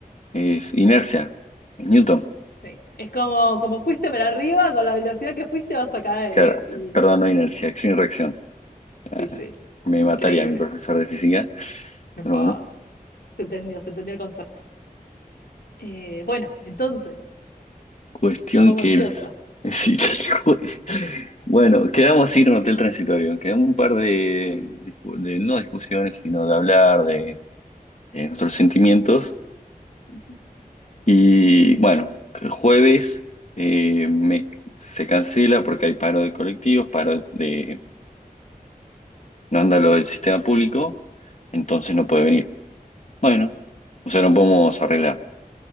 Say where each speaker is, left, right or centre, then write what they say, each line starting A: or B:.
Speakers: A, on the left; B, on the left.
A: es inercia. Es Newton.
B: Sí. Es como, como fuiste para arriba, con la velocidad que fuiste vas a caer,
A: Claro,
B: ¿eh? Y
A: perdón, no inercia, acción y reacción. Ah,
B: sí, sí.
A: me
B: Increíble,
A: mataría a mi profesor de física,
B: no
A: pero
B: importa.
A: bueno,
B: Se entendió, se entendió el concepto. Eh, bueno, entonces,
A: cuestión
B: me pongo
A: que
B: ansiosa.
A: el... <laughs> sí, que el jue- Bueno, quedamos así en un hotel transitorio, quedamos un par de, discu- de- no discusiones, sino de hablar de, de nuestros sentimientos.
B: <laughs>
A: Y bueno, el jueves eh, me, se cancela porque hay paro de colectivos, paro de... no anda lo del sistema público, entonces no puede venir. Bueno, o sea, no podemos arreglar.